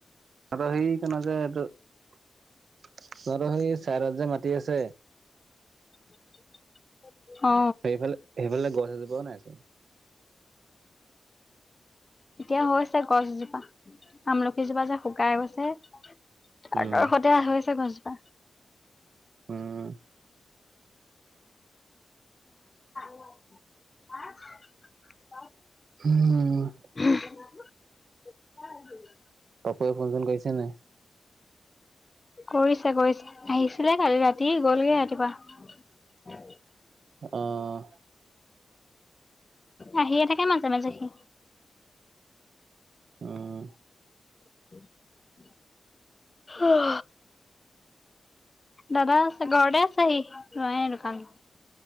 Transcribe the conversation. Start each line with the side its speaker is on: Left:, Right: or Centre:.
Right: আৰু সেইকনৰ যে তোৰ এইটো তহঁতৰ সেই চাইদত যে মাতি আছে
Left: <unintelligible> অ
Right: সেইফালে সেইফালে গছ এজোপাওঁ নাইচোন।
Left: এতিয়া হৈছে গছ এজোপা আমলখিজোপা যে শুকাই গৈছে তাৰ
Right: উম
Left: কাষতে হৈছে গছজোপা।
Right: উম
Left: <unintelligible> অ।
Right: উম।
Left: <unintelligible>
Right: পাপুয়ে ফোন-চোন কৰিছে নাই?
Left: কৰিছে কৰিছে আহিছিলে কালি ৰাতি গ'লগে ৰাতিপুৱা। <unintelligible>
Right: অহ।
Left: আহিয়ে থাকে মাজে মাজে সি।
Right: উম
Left: উ <unintelligible> অ' দাদা আছে ঘৰতে আছেহি যোৱাই নাই দোকান।